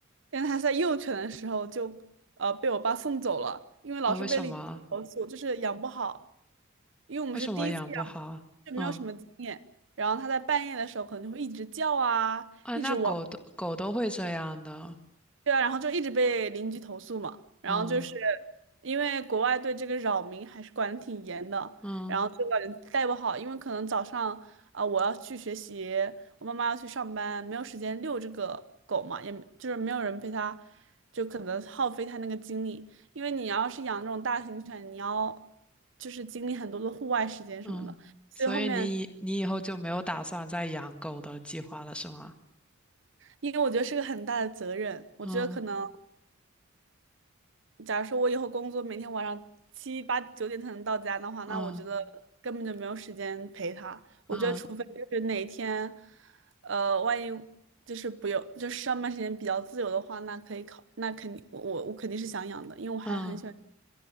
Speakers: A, on the right; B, in the centre.
A: 但是它在幼犬的时候就呃被我爸送走了，因为老是被邻居投诉，
B: 哦，为什么？
A: 就是养不好，因为我们是第一次养，
B: 为什么养不好？
A: 就没有什么经验。
B: 嗯，
A: 然后它在半夜的时候可能就会一直叫啊，
B: 啊，
A: 一直汪。
B: 那狗都狗都会这样的。
A: 对啊，然后就一直被邻居投诉嘛，然后就是
B: 嗯
A: 因为国外对这个扰民还是管得挺严的，
B: 嗯
A: 然后就感觉带不好，因为可能早上啊、我要去学习，我妈妈要去上班，没有时间遛这个狗嘛，也没就是没有人陪它，就可能耗费它那个精力，因为你要是养那种大型犬，你要就是经历很多的户外时间什么的，
B: 嗯，
A: 所以后面
B: 所以你以你以后就没有打算再养狗的计划了，是吗？
A: 因为我觉得是个很大的责任，我觉得可能。
B: 嗯
A: 假如说我以后工作每天晚上七八九点才能到家的话，那我觉得根本就没有时间陪他。
B: 嗯
A: 我觉得除非就是哪一天，
B: 嗯
A: 呃，万一就是不用，就是上班时间比较自由的话，那可以考，那肯定我我我肯定是想养的，因为我还很喜欢，
B: 嗯，